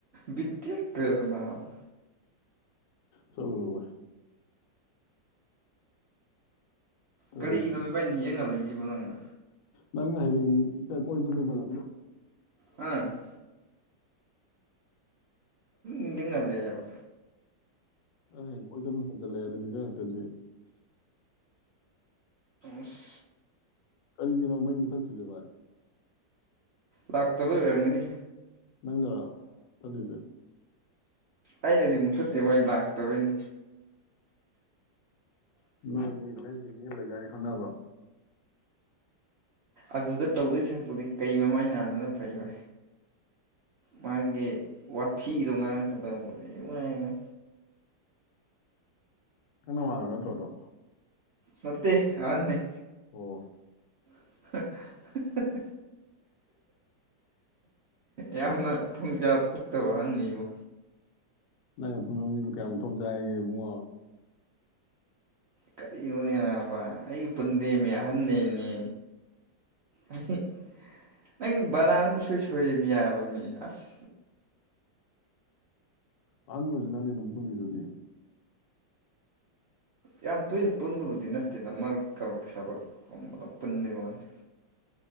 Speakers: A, on the right; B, on the left.
A: ꯕꯤꯠ ꯇ‌ꯦꯛꯀ꯭ꯔ‌ꯦꯗ ꯅꯥꯕ꯫
B: ꯆꯠꯂꯨꯅꯨ ꯕꯥꯏ꯫ ꯀꯩꯗꯧꯁꯤ
A: ꯀꯔꯤꯒꯤꯅꫭ ꯏꯕꯥꯏ ꯅꯤꯡꯁꯤꯡꯍꯜꯂꯤ꯫ ꯖꯤꯕꯨ ꯅꯅ
B: ꯅꯪꯅ ꯍꯌꯦ ꯀꯣꯏꯖꯠ ꯐꯣꯏꯕ ꯂ
A: ꯑꯝ ꯤꯡꯒꯤ ꯉꯂꯦꯕ
B: ꯑ ꯍꯌꯦꯡ ꯀꯣꯏ ꯆꯝ ꯄꯟꯁꯤꯜꯂꯛꯑꯦ ꯑꯗꯨꯅꯤ ꯉ ꯉꯥꯛꯇꯗꯤ
A: ꯑꯁ
B: ꯀꯔꯤꯒꯤꯅꯣ ꯃꯩ ꯃꯊꯛ ꯆꯨꯁꯦ ꯚꯥꯏ
A: ꯂꯥꯛꯇꯕ ꯑꯣꯏꯔꯝꯒꯅꯤ
B: ꯅꯪꯅꯔ ꯇꯕꯤꯗꯦ
A: ꯑꯩꯅꯗꯤ ꯃꯨꯛꯊꯠꯇꯦ ꯃꯥꯏ ꯂꯥꯛ ꯇꯕꯅ
B: ꯅꯒꯤ ꯅꯣꯏꯒꯤ ꯃꯤ ꯑꯃ ꯂꯩꯗꯥꯅꯤ ꯈꯪꯅꯕ
A: ꯑꯗꯨꯗ ꯇꯧꯗꯣꯏ ꯁꯔꯛꯄꯨꯗꯤ ꯀꯩ ꯃꯃꯥꯏ ꯅꯥꯟꯕꯅ ꯐꯩꯕ ꯃꯥꯒꯤ ꯋꯥ ꯊꯤꯗꯣ ꯉꯥꯡꯉꯛꯀꯗꯕꯗꯣ ꯂ ꯃꯥꯡꯉꯦ
B: ꯀꯩꯅꯣ ꯃꯥꯅꯅꯕ ꯅꯊ ꯇ
A: ꯃꯠꯇꯦ ꯑꯅꯦꯅꯦ
B: ꯑꯣ
A: <unintelligible> ꯌꯥꯝꯅ ꯊꯨꯡꯖꯥ ꯐꯨꯛꯇꯕꯍꯅꯤꯕꯣ
B: ꯅꯪ ꯑꯄꯨꯟꯕ ꯃꯤꯅꯣ ꯀꯌꯥ ꯃꯊꯣꯡ ꯆꯥꯏꯔꯤꯒꯦ ꯏꯕꯨꯡꯉꯣ
A: ꯀꯔꯤꯅꯣꯅꯦꯕ ꯑꯩꯒ ꯄꯨꯟꯗꯦꯝꯃꯤ ꯑꯍꯟꯅꯦꯝꯅꯦ ꯑꯩ ꯅꯪ ꯕꯅꯥ ꯑꯗꯨ ꯁꯣꯏ ꯁꯣꯏ ꯌꯥꯔꯣꯏ ꯃꯤ ꯑꯁ
B: ꯑꯍ ꯅ ꯑꯣꯏꯁꯤ ꯅꯪꯒꯤ ꯅꯅꯨꯡ ꯄꯨꯨꯅꯤꯗꯨꯗꯤ
A: ꯌꯥꯝ ꯇꯣꯏꯅ ꯄꯨꯟꯕꯕꯨꯗꯤ ꯅꯠꯇꯦꯅ ꯃꯔꯛꯛ ꯁꯥꯕꯛꯀꯨꯝꯕꯗ ꯄꯨꯟꯕꯩ ꯋꯥꯅꯤ